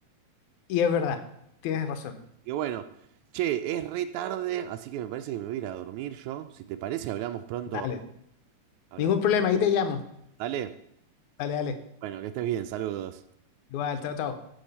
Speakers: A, on the left (about 75°); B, on the right (about 80°).
A: Y es verdad, tienes razón.
B: Y bueno, che, es re tarde, así que me parece que me voy a ir a dormir yo. Si te parece, hablamos pronto.
A: Dale,
B: Hablamos.
A: ningún problema, ahí te llamo.
B: Dale.
A: Dale, dale.
B: Bueno, que estés bien, saludos.
A: Igual, chao, chao.